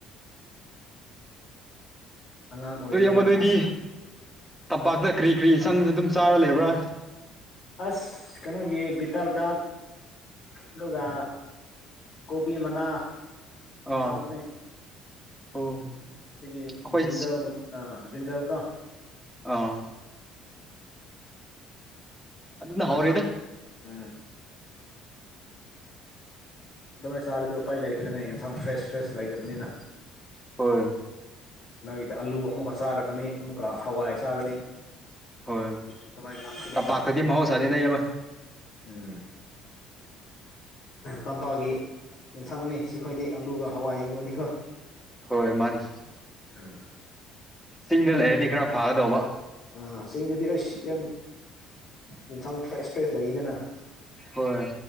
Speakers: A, on the left; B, in the centre.
A: ꯑꯉꯥꯡ ꯑꯣꯏꯕꯅꯤꯅ
B: ꯑꯗꯨ ꯌꯥꯝꯃ ꯅꯣꯏꯗꯤ
A: ꯃꯥꯁꯨ
B: ꯇꯝꯄꯥꯛꯇ ꯀꯔꯤ ꯀꯔꯤ ꯏꯟꯆꯪ ꯑꯗꯨꯝ ꯆꯥꯔ ꯂꯩꯕ꯭ꯔꯥ
A: ꯑꯁ ꯀꯩꯅꯣꯒꯤ ꯕꯤꯇꯜꯒꯗ ꯑꯗꯨꯒ ꯀꯣꯄꯤ ꯃꯅꯥ
B: ꯑꯥ
A: ꯃꯁꯥꯕꯔꯦ
B: ꯑꯣ
A: ꯑꯗꯨꯗꯒꯤ
B: ꯑꯩꯈꯣꯏ
A: ꯟꯖꯥꯎꯒ ꯑ ꯟꯖꯥꯎꯒ
B: ꯑꯥ ꯑꯗꯨꯅ
A: ꯌꯦꯁꯥꯡ
B: ꯍꯧꯔꯦꯗ
A: ꯎꯝ ꯑꯗꯨꯃꯥꯏꯅ ꯆꯥꯔꯗꯤ ꯎꯄꯥꯏ ꯂꯩꯇ꯭ꯔꯦꯅꯦ ꯌꯦꯟꯁꯥꯡ ꯐ꯭ꯔꯦꯁ ꯐ꯭ꯔꯦꯁ ꯂꯩꯇꯕꯅꯤꯅ
B: ꯍꯣꯏ
A: ꯅꯪꯒꯤꯗ ꯑꯥꯂꯨ ꯑꯃꯨꯛꯀ ꯆꯥꯔꯛꯀꯅꯤ ꯑꯃꯨꯛꯀ ꯍꯋꯥꯏ ꯆꯥꯒꯅꯤ
B: ꯍꯣꯏ
A: ꯑꯗꯨꯃꯥꯏꯅ ꯉꯥꯛꯇꯅꯦꯕ
B: ꯇꯝꯄꯥꯛꯇꯗꯤ ꯃꯍꯧꯁꯥꯅꯤꯅ ꯑꯃ
A: ꯎꯝ ꯇꯝꯄꯥꯛꯒꯤ ꯌꯦꯟꯁꯥꯡꯅꯤ ꯁꯤꯈꯣꯏꯗꯤ ꯑꯂꯨꯒ ꯍꯋꯥꯏꯒꯨꯝꯕꯗꯤꯀꯣ
B: ꯍꯣꯏ ꯃꯥꯅꯤ
A: ꯎꯝ
B: ꯆꯤꯡꯗ ꯂꯩꯔꯗꯤ ꯈꯔ ꯐꯥꯒꯗꯧꯕ
A: ꯑ ꯆꯤꯡꯗꯨꯗꯤ ꯑꯩꯁ ꯌꯥꯝ ꯑꯦꯟꯁꯥꯡ ꯐ꯭ꯔꯦꯁ ꯐ꯭ꯔꯦꯁ ꯂꯩꯗꯅ
B: ꯍꯣꯏ